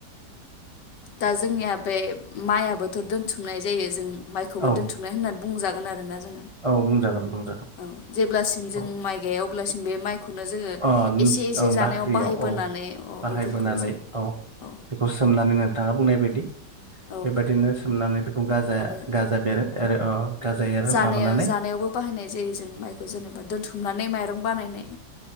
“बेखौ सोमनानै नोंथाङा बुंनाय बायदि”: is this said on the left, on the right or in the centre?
Right